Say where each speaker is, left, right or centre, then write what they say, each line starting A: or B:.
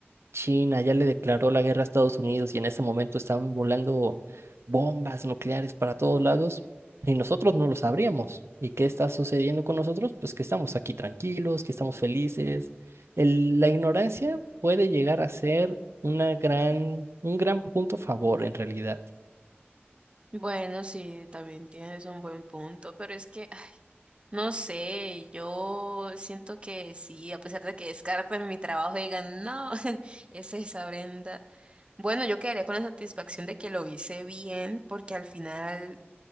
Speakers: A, on the right (about 85°); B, on the right (about 25°).
A: China ya le declaró la guerra a Estados Unidos y en ese momento están volando bombas nucleares para todos lados y nosotros no lo sabríamos. ¿Y qué está sucediendo con nosotros? Pues que estamos aquí tranquilos, que estamos felices. El- la ignorancia puede llegar a ser una gran, un gran punto a favor en realidad.
B: Bueno, sí, también tienes un buen punto, pero es que, ah, no sé, yo siento que sí, a pesar de que descarten mi trabajo y digan, no, <laughs> es esa Brenda. Bueno, yo quedaría con la satisfacción de que lo hice bien, porque al final,